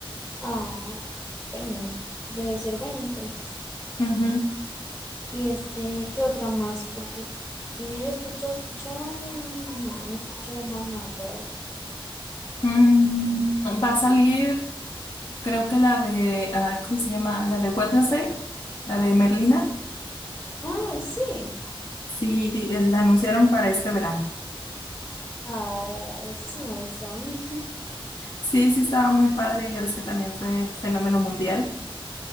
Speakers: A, on the left (about 15°); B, on the left (about 60°).
A: Ah, bueno, debe ser buena entonces.
B: Ujú.
A: Y este, ¿qué otra más? Porque que yo ya he escuchado, escuchado, no, no he escuchado más nada por ahí.
B: Mm, va a salir, creo que la de, ah, ¿cómo se llama? La de Wednesday, la de Merlina.
A: Ay, sí.
B: Sí, di- eh, la anunciaron para este verano.
A: Ah, eso sí me gustó a mí. <laughs>
B: Sí, sí, estaba muy padre, ya ves que también fue fenómeno mundial.